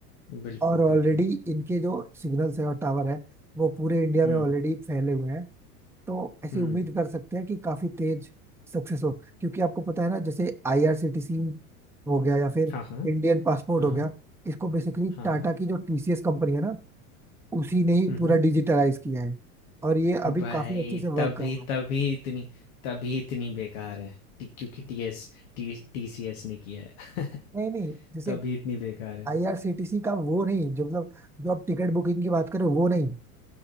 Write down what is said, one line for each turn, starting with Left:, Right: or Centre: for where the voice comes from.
Left: हम्म, बिल्कुल
Centre: और ऑलरेडी
Left: बिल्कुल
Centre: इनके जो सिग्नल्स है और टावर है वो पूरे इंडिया
Left: हम्म
Centre: में ऑलरेडी फैले हुए हैं तो ऐसी
Left: हम्म
Centre: उम्मीद कर सकते हैं कि काफी तेज सक्सेस हो क्योंकि आपको पता है ना जैसे आईआरसीटीसी हो गया या फिर
Left: हाँ हाँ
Centre: इंडियन पासपोर्ट
Left: हाँ
Centre: हो
Left: हाँ
Centre: गया इसको बेसिकली
Left: हाँ
Centre: टाटा
Left: हाँ
Centre: की जो टीसीएस कंपनी है ना उसी ने ही
Left: हम्म
Centre: पूरा
Left: हम्म,
Centre: डिजिटलाइज किया है और ये
Left: भाई
Centre: अभी काफी अच्छे से वर्क
Left: तभी
Centre: कर रहा है
Left: तभी इतनी तभी इतनी बेकार है टी- क्योंकि टी एस टी टी सी एस ने किया है <laughs>
Centre: नहीं नहीं जैसे
Left: तभी इतनी बेकार है
Centre: आईआरसीटीसी का वो नहीं जो मतलब जो आप टिकट बुकिंग की बात करें वो नहीं